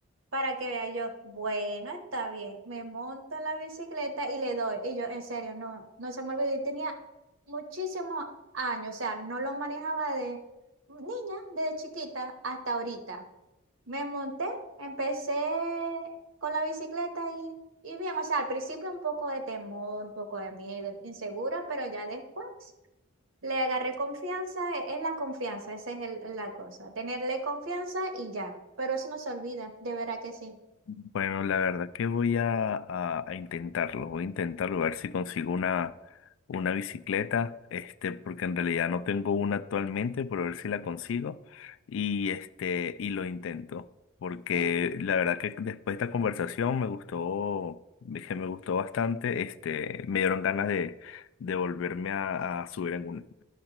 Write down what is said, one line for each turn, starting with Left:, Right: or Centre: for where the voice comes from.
Right: para que vea yo. Bueno, está bien. Me monto en la bicicleta y le doy. Y yo, en serio, no, no se me olvidó. Y tenía muchísimos años, o sea, no lo manejaba de niña, desde chiquita hasta ahorita. Me monté, empecé con la bicicleta y, y bien, o sea, al principio un poco de temor, un poco de miedo, insegura, pero ya después le agarré confianza, e- es la confianza, esa es el- la cosa, tenerle confianza y ya, pero eso no se olvida, de verdad que sí.
Left: Bueno, la verdad que voy a, a- a intentarlo, voy a intentarlo, a ver si consigo una, una bicicleta, este, porque en realidad no tengo una actualmente, pero a ver si la consigo y este, y lo intento, porque
Right: Y
Left: la verdad que después de esta conversación me gustó, dije, me gustó bastante, este, me dieron ganas de, de volverme a, a subir en una.